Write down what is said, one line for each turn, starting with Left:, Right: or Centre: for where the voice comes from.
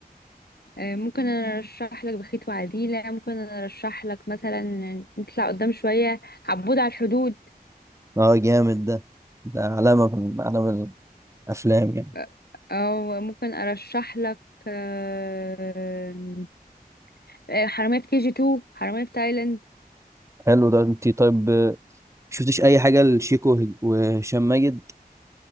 Left: آه، ممكن انا ارشح لك بخيت وعديله ممكن انا ارشح لك مثلا نطلع قدام شويه عبود على الحدود
Right: اه جامد ده ده علامة من علامة الافلام يعني
Left: آه، او ممكن ارشح لك آه، آه، حرامية في كي جي 2 حرامية في تايلاند
Right: حلو ده انت طيب آه، شفتش اي حاجة لشيكو وهشام ماجد